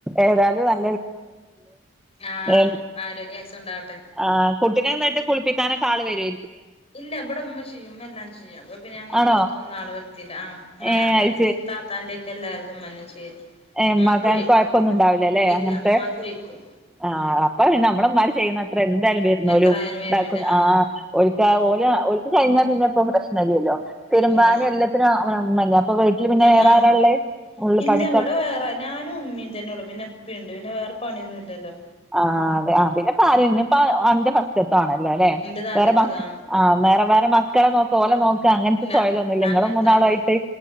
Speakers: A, in the centre; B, on the left (about 30°).
A: ഏതായാലും <unintelligible>
B: ആഹ്
A: ഏ
B: ആരോഗ്യ ആയുസ്സും ഉണ്ടാവട്ടെ
A: ആ കുട്ടിനെന്നട്ട് കുളിപ്പിക്കാനക്ക ആള് വര്
B: ഇല്ല ഇവിടെ ഉമ്മ ചെയ്യുംമ്മ എല്ലാം ചെയ്യും അപ്പ പിന്നെ ഞങ
A: ആണോ
B: പുറത്തന്നെ ആള വരുത്തില്ല ആ മ്മ
A: ഏ അത്
B: താത്താന്റെ ഒക്കെ എല്ലാരതും ഇമ്മാനെ ചെയ്യല്
A: ഏ
B: ഉമ്മാക്ക്
A: മ്മക്ക്
B: വയ്ക്കും
A: കൊഴപ്പൊന്നുംണ്ടാവില്ലല്ലെ
B: ഉം ഇല്ല
A: അങ്ങനത്തെ
B: ഉമ്മാക്ക് വയ്ക്കും
A: ആ അപ്പൊ നമ്മളമാര് ചെയ്യുന്ന എന്തായാലും വരുന്നോലും
B: എത്ര ആയാലും വരൂല ആഹ്
A: ആഓല്ക്ക് ഓല ഓല്ക്ക് കഴിഞ്ഞാൽ പിന്നെപ്പോ പ്രശ് ല്ലല്ലോ തിരുമ്പാനും
B: ഇല്ല
A: എല്ലാത്തിനുംഅപ്പൊഇമ്മാനെ വീട്ടിൽ പിന്നെ
B: ഉം
A: വേറെ
B: ആഹ്
A: ആര ളള് ഉള്ള്
B: ഇല്ല
A: പണി
B: ഇവിടെ വേറെ ഞാനും ഉമ്മീൻ തന്നെയെ ള്ളൂ പിന്നെപ്പീം ഉണ്ട് പിന്നെ വേറെ പണിയൊന്നും ഇല്ലല്ലോ
A: ആ അതെ ആ പിന്നെ പാര് അന്റെ ഫസ്റ്റത് ആണല്ലോ അല്ലേ
B: എന്റത് ആദ്യത്തതാ
A: വേറെ മ ആ വേറെ വേറെ മക്കളെ നോക്ക ഓലെ
B: മക്ക
A: നോക്ക അങ്ങനെ അങ്ങ
B: ഇല്ല
A: സ്വയല ഒന്നുമ ഇല്ല
B: അങ്ങനത്തെ
A: ഇങ്ങും മൂന്നാളു
B: ഒന്നുല്ല
A: ആയിട്ട്